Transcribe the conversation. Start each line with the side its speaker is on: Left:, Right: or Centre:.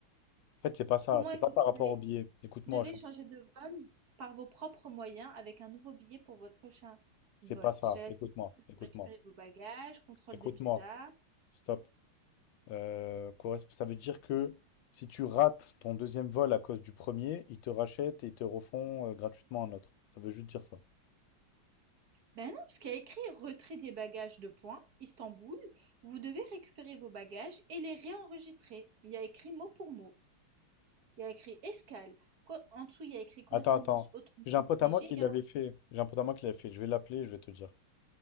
Left: En fait, c'est pas ça,
Right: Comment
Left: c'est
Right: effectuer?
Left: pas par rapport au billet. Écoute-moi,
Right: Vous devez
Left: je suis
Right: changer
Left: en-
Right: de vol par vos propres moyens avec un nouveau billet pour votre prochain
Left: c'est
Right: vol.
Left: pas ça.
Right: Cela
Left: Écoute-moi,
Right: signifie que
Left: écoute-moi,
Right: vous récupérez vos bagages, contrôle
Left: écoute-moi.
Right: de visa.
Left: Stop. Euh, corresp- Ça veut dire que si tu rates ton deuxième vol à cause du premier, ils te rachètent et ils te refont euh, gratuitement un autre. Ça veut juste dire ça.
Right: Ben non, parce qu'il y a écrit retrait des bagages de points, Istanbul. Vous devez récupérer vos bagages et les réenregistrer. Il y a écrit mot pour mot. Il y a écrit escale. En dessous, il y a écrit correspondance
Left: Attends, attends.
Right: automatique.
Left: J'ai un pote à moi qui l'avait
Right: et en-
Left: fait. J'ai un pote à moi qui l'avait fait. Je vais l'appeler, je vais te dire.